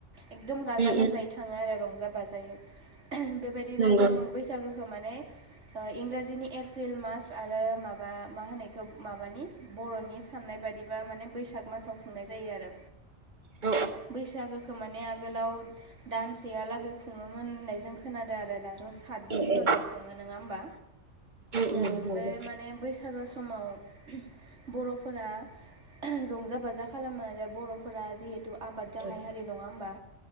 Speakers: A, on the right (about 75°); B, on the right (about 40°).
A: एकदम गाजा
B: औ
A: गोमजायै थाङो आरो रंजा बाजायै बेबायदिनो
B: नंगौ
A: जों बैसागो खो माने ओ इंराजिनि एप्रिल मास आरो माबा मा होनायखौ माबानि बर'नि साननाय बादिबा माने बैसाग मासाव खुंनाय जायो आरो
B: औ
A: बैसागो खो माने आगोलाव दानसेहालागै खुङोमोन होननाय जों खोनादों आरो दाथ' सातदिनफोरल'
B: औ नंगौ
A: खुङो। नोङा होमबा?
B: औ
A: ओ
B: औ नंगौ औ उम
A: बे
B: औ
A: माने बैस सागो समाव बर' फोरा रंजा बाजा खालामो आरो बर'फोरा जिहेतु आबाद गाहाय
B: औ
A: हारि नङा होमबा